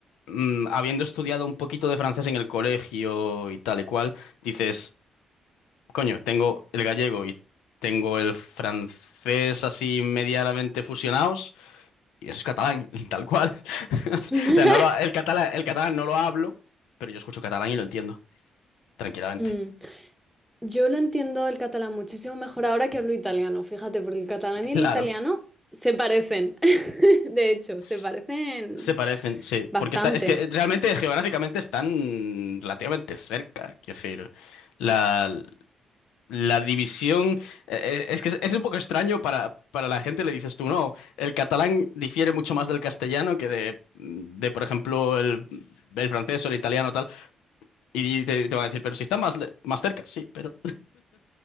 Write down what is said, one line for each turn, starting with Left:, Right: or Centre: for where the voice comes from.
Left: mm, habiendo estudiado un poquito de francés en el colegio y tal y cual, dices. Coño, tengo el gallego y tengo el francés así medianamente fusionados y eso es catalán, <laughs> tal cual. <laughs>
Centre: <laughs>
Left: O sea, no lo- el catalán, el catalán no lo hablo, pero yo escucho catalán y lo entiendo tranquilamente.
Centre: Mm. Yo lo entiendo el catalán muchísimo mejor ahora que hablo italiano, fíjate, porque el catalán y
Left: Claro,
Centre: el italiano se parecen. <laughs> De hecho,
Left: s-
Centre: se parecen
Left: se parecen, sí,
Centre: bastante.
Left: porque está, es que realmente geográficamente están relativamente cerca, quiero decir, la, La división eh, eh, es que es es un poco extraño para, para la gente, le dices tú, no, el catalán difiere mucho más del castellano que de, mm, de por ejemplo, el, el francés o el italiano tal, y te, te van a decir, pero si están más, le- más cerca, sí, pero